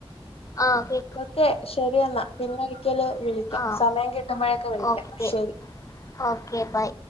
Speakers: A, on the left; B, on the left.
A: ആഹ് കേ
B: ഓക്കെ ശെരി എന്നാ. പിന്നെ ഒരിക്കല് വിളിക്കാം
A: ആഹ്
B: സമയം കിട്ടുമ്പോഴൊക്കെ വിളിക്കാം
A: ഓക്കെ
B: ശെരി.
A: Okay bye